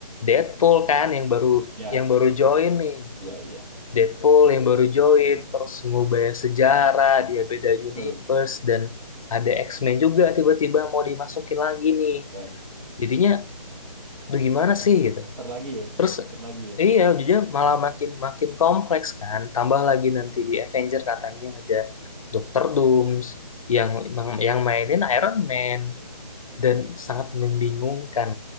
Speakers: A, on the left; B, on the right.
A: Deadpool kan yang baru
B: ya,
A: yang baru
B: ya,
A: join nih
B: ya, ya.
A: Deadpool yang baru join, terus ngubah sejarah, dia beda
B: Betul.
A: universe, dan ada X-Men juga tiba-tiba mau dimasukin lagi nih.
B: Yes.
A: Jadinya, tuh gimana sih gitu.
B: Terlagi lagi ya,
A: Terus,
B: Puter lagi ya.
A: iya, jadinya malah makin makin kompleks kan. Tambah lagi nanti di Avenger katanya ada Doctor Dooms yang yang mainin Iron Man dan sangat membingungkan